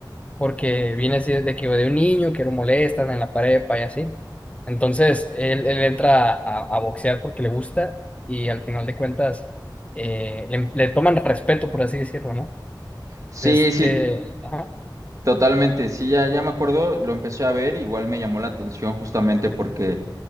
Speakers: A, on the left; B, on the right.
A: porque viene así de que de un niño que lo molestan en la prepa y así. Entonces, él, él entra a, a boxear porque le gusta y al final de cuentas eh, le, le toman respeto, por así decirlo, ¿no?
B: Sí,
A: Este,
B: sí,
A: ajá.
B: Totalmente, sí, ya, ya me acuerdo, lo empecé a ver, igual me llamó la atención justamente porque